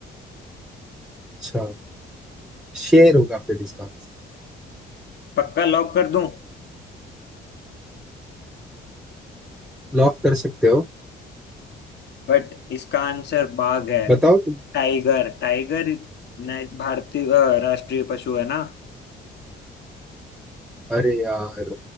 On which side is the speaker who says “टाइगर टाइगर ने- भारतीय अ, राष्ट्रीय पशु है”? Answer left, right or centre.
Left